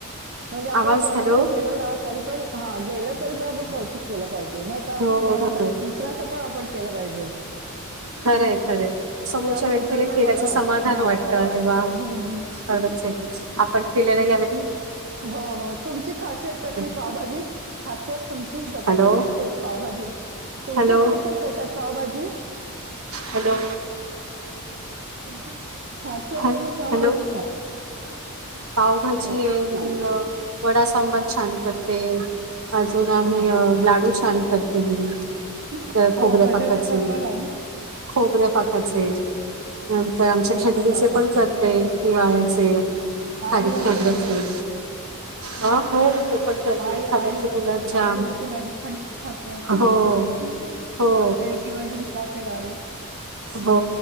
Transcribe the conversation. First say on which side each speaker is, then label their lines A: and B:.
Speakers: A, on the right; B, on the right.
A: म्हणजे आपण
B: आवाज
A: कोणाकडे
B: हॅलो
A: गेलो ना तरी पण हा गेलं तरी पण आपण कौतुक केलं पाहिजे नाही. त
B: हो
A: कोणाकडे
B: हो
A: दुसऱ्याच पण आपण केलं पाहिजे.
B: ह <inaudible> खरंय खरंय समोरच्या
A: त्या माणसाला
B: व्यक्तीला
A: पण
B: केल्याचं
A: बरं
B: समाधान
A: वाट हा
B: वाटत
A: बरं
B: अरेव
A: वाटतं हम्म
B: खरच आहे. आपण केलेला.
A: हं हो हो, तुमची खासियत
B: वाटतं.
A: कसली पावभाजी. खासियत तुमची स्वतःची
B: हॅलो
A: खासियत पावभाजी तुमची
B: हॅलो
A: खासियत कशात पावभाजी.
B: हॅलो,
A: तुमची खासियत
B: ह
A: म्हटलं पावभाजी
B: हॅलो
A: का
B: पावभाजी
A: अरे
B: आहे मी
A: ख''--''
B: अ वडा सांबार छान करते अजून आम्ही
A: हा हा हा
B: लाडू. छान करते मी ते खोबऱ्या
A: हो कशाचं
B: कापायचं.
A: करता लाडू
B: खोबऱ्या पाखाचे, परत
A: खोबरं
B: थंडीचे
A: पाकाचं
B: पण चालतंय
A: ओके
B: हिवाळ्याचे,
A: आळीवाचे
B: खारी खोबर्याचे
A: वगैरे
B: अ हो ते पण करते
A: आळी आळी
B: खव्याचे
A: आळीव
B: गुलाबजाम
A: आळीवाचे लाडू थंडीत खातात ना
B: हो
A: आपण
B: हो
A: ते किंवा डिंकाचे लाडू
B: हो